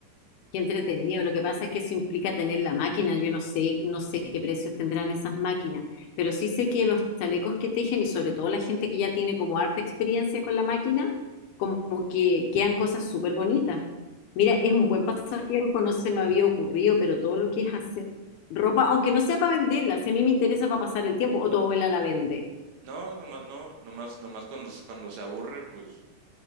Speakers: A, on the left (about 70°); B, on the right (about 90°).
A: Qué entretenido. Lo que pasa es que eso implica tener la máquina. Yo no sé, no sé qué precios tendrán esas máquinas, pero sí sé que los chalecos que tejen y sobre todo la gente que ya tiene como harta experiencia con la máquina, como que quedan cosas súper bonitas. Mira, es un buen pasatiempo, no se me había ocurrido, pero todo lo que es hacer ropa, aunque no sea para venderla, si a mí me interesa para pasar el tiempo, o tu abuela la vende.
B: No, nomás, no, nomás, nomás cuando, cuando se aburre, pues